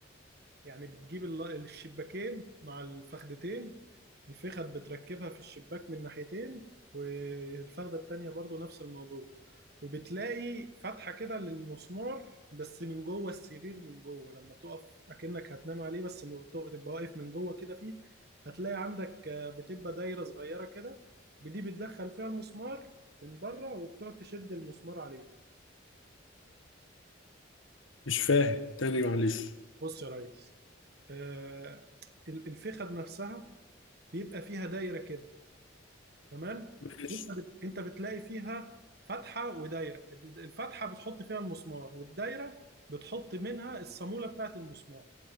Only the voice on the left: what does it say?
مش فاهم تاني معلش
ماشي